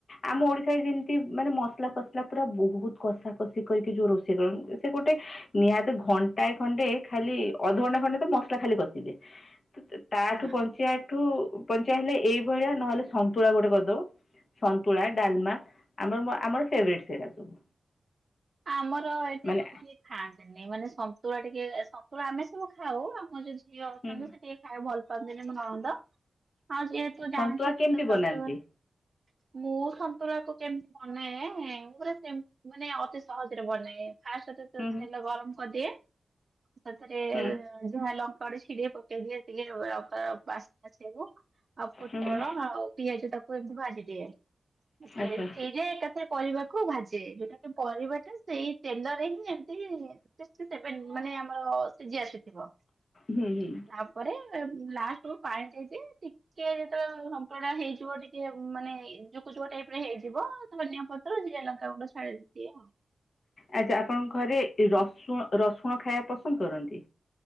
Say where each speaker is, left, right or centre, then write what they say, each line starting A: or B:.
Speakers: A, on the left; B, on the right.
A: ଆମ ଓଡିଶାରେ ଯେମିତି ମାନେ ମସଲା ଫସଲା ପୁରା ବହୁତ୍ କଷା କଷି କରିକି ଯଉ ରୋଷେଇ କର ସେ ଗୋଟେ ନିହାତି ଘଣ୍ଟାଏ ଖଣ୍ଟେ ଖାଲି ଅଧଘଣ୍ଟା ଖଣ୍ଡେ ତ ମସଲା ଖାଲି କଷିବେ ତ-ତାଠୁ
B: ହଁ
A: ବଞ୍ଚିିବା ଠୁ ବଞ୍ଚେଇ ହେଲେ ଏଇ ଭଳିଆ ନହେଲେ ସନ୍ତୁଳା ଗୋଟେ କରିଦବ। ସନ୍ତୁଳା, ଡାଲ୍ମା ଆମର- ଆମର ଫେଭରଟ୍ ସେରା ସବୁ।
B: ଆମର ଏଠି
A: ମାନେ
B: ଖାଆନ୍ତିନି ମାନେ ସନ୍ତୁଳା ଟିକେ ସନ୍ତୁଳା ଆମେ ସବୁ ଖାଉ ଆମ ଯଉ ଝିଅ ଅଛନ୍ତି
A: ହୁଁ
B: ସେ ଟି ଖାଇବାକୁ ଭଲ ପାଆନ୍ତିନି ମୋ ନଣନ୍ଦ ଆଉ ଯେହେତୁ
A: ସନ୍ତୁଳା
B: ଜାଣିଥିବେ
A: କେମିତି
B: ତ ଶାଶୁ
A: ବନାନ୍ତି
B: ଘରେ ମୁଁ ସନ୍ତୁଳାକୁ କେମିତି ବନାଏ <unintelligible> ମାନେ <unintelligible> ସହଜରେ ବନାଏ ଫାଷ୍ଟ ତ ତ
A: ହୁଁ ହୁଁ
B: ତେଲ ଗରମ କରିଦିଏ, ସେଥିରେ
A: ହୁଁ
B: ଝୁଆଁ ଲଙ୍କା ଗୋଟେ ଛିଡେଇ ପକେଇ ଦିଏ ଟିକେ ବାସ୍ନା ଥିବ। ଆଉ ପୋଟଳ
A: ହୁଁ ହୁଁ
B: ଆଉ ପିଆଜ ତାକୁ ଏମିତି ଭାଜିଦିଏ
A: ଆଚ୍ଛା।
B: <inaudible> ହେଇଯାଏ, ଏକଥରେ ପରିବାକୁ ଭାଜେ, ଯୋଉଟା କି ପରିବା ଟା ସେଇ ତେଲରେ ହିଁ ଏମତି ହି ସିକ୍ସଟି ସବେନ୍ ମାନେ ଆମର ସିଝି ଆସିଥିବ।
A: ହୁଁ, ହୁଁ।
B: ତାପରେ ଉଁ, ଲାଷ୍ଟ କୁ ପାଣି ଦିଆଯାଏ, ଟି କେ ଯେତେବେଳେ ସମ୍ପ୍ରଦାୟ ହେଇଯିବ ଟିକେ ଉଁ, ମାନେ ଯୁକୁ ଯୁଆ ଟାଇପ୍ ରେ ହେଇଯିବ ଧନିଆ ପ ତାପରେ ଜିରା ଲଙ୍କା ଗୁଣ୍ଡ ଛାଡିଦିଏ।
A: ଆଚ୍ଛା, ଆପଣଙ୍କ ଘରେ ଏ ରସୁଣ ରସୁଣ ଖାଇବା ପସନ୍ଦ କରନ୍ତି?